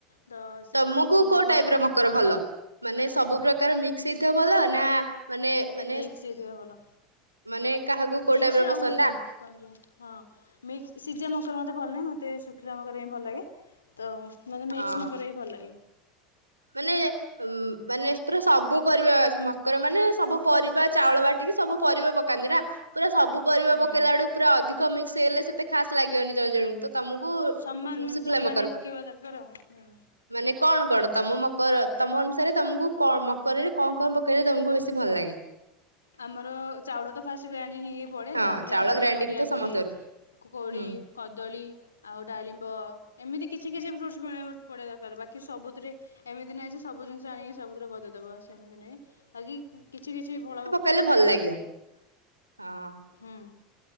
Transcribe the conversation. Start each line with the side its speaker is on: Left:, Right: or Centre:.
Left: ତ ସେ
Right: ତୋମକୁ
Left: ଗୋଟେ
Right: କୋଉ
Left: ମକରକୁ
Right: ଟାଇପ୍ ର ମକର ଭଲ? ମାନେ ସବୁ ପ୍ରକାର ମିକ୍ସ ହେଇଥିବ ଭଲ, ନା ମାନେ ମାନେ
Left: ମିକ୍ସ ହେଇଥିବା ଭଲ
Right: ମାନେ କାହାକୁ କୋଉ
Left: ମିକ୍ସ
Right: ଟାଇପ ର
Left: ଆଉ
Right: ପସନ୍ଦ ନା
Left: କଣ ଯୋ, ହଁ ମିକ୍ସ ସିଜା ମଙ୍କର ମୋତେ ଭଲ ନାହିଁ, ମତ ତେ ଶୁଖିଲା ମକର ହିଁ ଭଲ ଲାଗେ ତ ମୋତେ
Right: ହଁ
Left: ମିକ୍ସ ମକର ହିଁ ଭଲ ଲାଗେ।
Right: ମାନେ ଉ ମାନେ ପୁରା ସବୁ ପରିବା ମକର ମାନେ ସବୁ ପରିବା ଚାଉଳ ବାଟିକି ସବୁ ପରିବା ପକାନ୍ତି ନା ପୁରା ସବୁ ପରିବା
Left: ହୁଁ
Right: ପକାଇେଇା ବଡୁ ପୁରା ଅଧିକ ମି ସେ ହେଲେ ସେତେ ଖାସ ଲାଗିବନି ଜଣ ଜଣ। ତ ତମକୁ
Left: ସମାନ ମାନେ
Right: ଶଖିଲ
Left: ସମାନିଆ
Right: ମକାର
Left: ପକାଇବା ଦରକାର ଆଉ ହୁଁ।
Right: ମାନେ କଣ କଣ? ତମ ମକର ତମ ଅନୁସାରେ ତମକୁ ମକରରେ କଣ କଣ ପକେଇଲେ ତମକୁ ବେଶୀ ଭଲ ଲାଗେ।
Left: ଆମର ଚାଉଳ ତ ଫାଷ୍ଟ ଗ୍ରାଇଣ୍ଡ ହେଇକି ପଡ଼େ
Right: ହଁ
Left: ତାପରେ
Right: ଚାଉଳ
Left: ଆମର
Right: ଗ୍ରାଇଣ୍ଡିଙ୍ଗ
Left: ନଡ଼ିଆ
Right: ତ
Left: ପଡ଼େ
Right: ସମସ୍ତଙ୍କର
Left: କୋଳି
Right: ହୁଁ
Left: କଦଳୀ ଆଉ ଡାଳିମ୍ବ ଏମିତି କିଛି କିଛି ଫ୍ରୁଟ ପଡିବା ଦରକାର ବାକି ସବୁଥିରେ ଏମିତି ନାହିଁ ସବୁ ଜିନିଷ ଆଣିକି ସବୁଥିରେ ଗଦେଇଦବ ସେମିତି ନାଇଁ। ଆ କି କିଛି କିଛି ଭଳ
Right: କହଲେ ଭଲ ଲାଗିବ ହଁ।
Left: ହୁଁ